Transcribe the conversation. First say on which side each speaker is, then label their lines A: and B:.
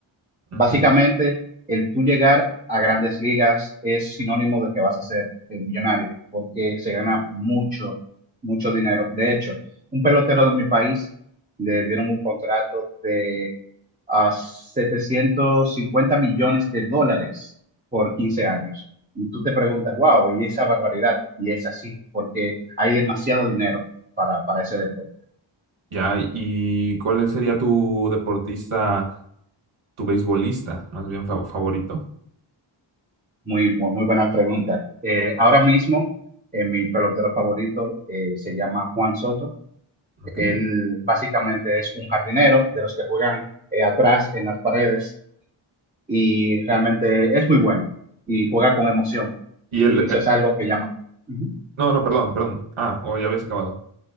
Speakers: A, on the right (about 20°); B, on the right (about 75°).
A: Básicamente,
B: Ujú.
A: el tú llegar a grandes ligas es sinónimo de que vas a ser eh, millonario, porque se gana mucho, mucho dinero. De hecho, un pelotero de mi país le dieron un contrato de a 750 millones de dólares por 15 años. Y tú te preguntas, wow, y esa barbaridad, y es así, porque hay demasiado dinero para, para ese deporte.
B: Ya, ¿y cuál sería tu deportista, tu beisbolista más bien fa- favorito?
A: Muy, bu- muy buena pregunta. Eh, ahora mismo, eh, mi pelotero favorito eh, se llama Juan Soto.
B: Ok.
A: Él básicamente es un jardinero de los que juegan eh, atrás en las paredes y realmente es muy bueno y juega con emoción.
B: Y él,
A: Y eso
B: eh,
A: es algo que llama. Ujú.
B: no, no, perdón, perdón. Ah, o ya habías acabado.